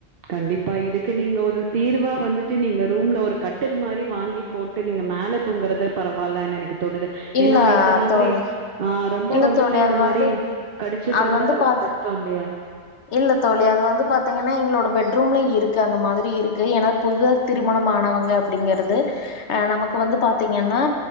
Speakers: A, on the right; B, on the left.
A: கண்டிப்பா இதுக்கு நீங்க ஒரு தீர்வா வந்துட்டு நீங்க ரூம்ல ஒரு கட்டில் மாரி வாங்கி போட்டு நீங்க மேல தூங்கறது பரவால்லனு எனக்கு தோணுது
B: இல்ல
A: ஏன்னா இந்த மாதிரி
B: தோழி
A: ஆஹ் ரொம்ப
B: இல்ல
A: வந்துட்டு
B: தோழி
A: இந்த
B: அது
A: மாரி
B: வந்து
A: கடிச்சிட்ருந்தா
B: அது வந்து பாதி
A: ரொம்ப கஷ்டோ இல்லி யா
B: இல்ல தோழி அது வந்து பாத்தீங்கன்னா எங்களோட பெட்ரூம்ல இருக்கு அந்த மாதிரி இருக்கு ஏன்னா புதுதா திருமணமானவங்க அப்படிங்கறது அஹ் நமக்கு வந்து பாத்தீங்கன்னா